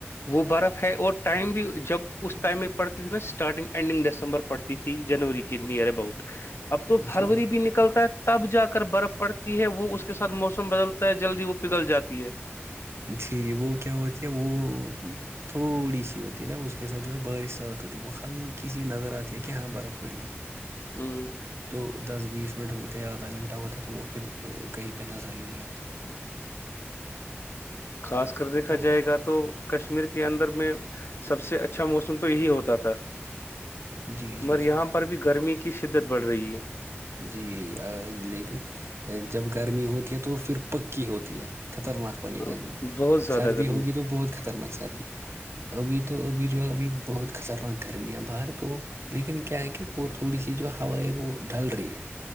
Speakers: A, on the left (about 60°); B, on the right (about 65°).
A: وہ برف ہے اور ٹائم بھی جب اس ٹائم میں پڑتی تھی نا اسٹارٹنگ اینڈنگ دسمبر پڑتی تھی جنوری کی نیئر اباؤٹ اب تو فروری
B: جی جی
A: بھی نکلتا ہے تب جا کر برف پڑتی ہے وہ اس کے ساتھ موسم بدلتا ہے جلدی وہ پگھل جاتی ہے
B: جی جی وہ کیا ہوتی ہے وہ تھوڑی سی ہوتی ہے نا اس کے ساتھ جو ہے بارش رات ہوتی ہے وہ ہلکی سی نظر آتی ہے کہ یہاں برف پڑی ہے
A: ہوں
B: تو دس بیس منٹ ہوتے ہے آدھا گھنٹہ ہوتا ہے تو وہ پھر کہیں پہ نظر ہی نہیں آتی
A: خاص کر دیکھا
B: تو
A: جائے گا تو کشمیر کے اندر میں سب سے اچھا موسم تو یہی ہوتا تھا
B: جی جی
A: مگر
B: جی
A: یہاں پر بھی گرمی کی شدت بڑھ رہی ہے
B: جی لیکن جب گرمی ہوتی ہے تو پھر پکی ہوتی ہے خطرناک والی
A: ہے
B: گرمی
A: بہت زیادہ
B: سردی
A: گرمی
B: ہوگی تو بہت خطرناک سردی ابھی تو ابھی جو ہے ابھی بہت خطرناک گرمیاں باہر تو لیکن کیا ہے کہ وہ تو تھوڑی جو ہاائی وہ ڈھل رہی ہے